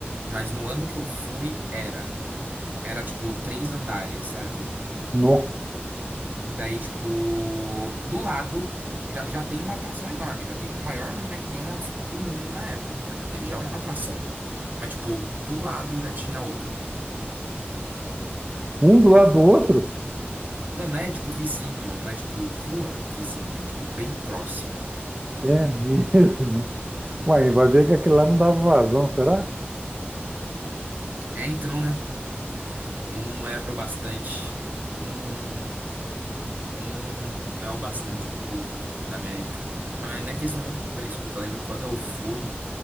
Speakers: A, on the right; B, on the right.
A: mas no ano que eu fui era. Era tipo três andares, sabe?
B: nó.
A: Daí, tipo, do lado já, já tem uma atração enorme, já tem o maior McDonald's do mundo na época, já, te- já é uma atração. Mas, tipo, do lado já tinha outro.
B: Um do lado do outro?
A: Não, não é tipo vizinho, mas tipo rua vizinha, tipo bem próximo.
B: É mesmo. Uai, vai ver que aquele lá não dava vazão, será?
A: É então, né? Não, não era o bastante. Um, um não é o bastante pro povo da América. Mas não é questão de preço, porque eu lembro que quando eu fui,